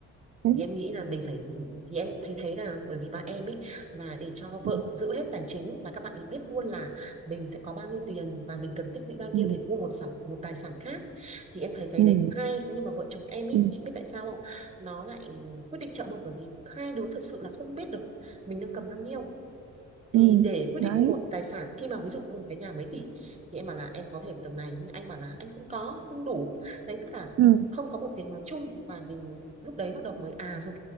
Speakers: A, on the right; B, on the right.
A: Thế.
B: Thì em nghĩ là mình phải thì em cũng thấy thế là bởi vì bạn em ấy là để cho vợ
A: ừ
B: giữ hết tài chính và các bạn ấy biết luôn là mình sẽ có bao nhiêu tiền và mình cần tích lũy bao nhiêu
A: ừ
B: để mua một sản một tài sản khác thì em thấy cái
A: ừ
B: đấy cũng hay nhưng mà vợ chồng em ấy
A: ừ
B: chị biết tại sao không nó lại quyết định chậm không bởi vì hai đứa thật sự là không biết được mình đang cầm bao nhiêu thì
A: ừ.
B: để quyết
A: đấy
B: định mua một tài sản khi mà ví dụ mua một cái nhà mấy tỷ thì em bảo là em có thể ở tầng này nhưng anh bảo là anh không có không đủ đấy tức là
A: ừ
B: không có một tiếng nói chung và mình lúc đấy bắt đầu mới à ok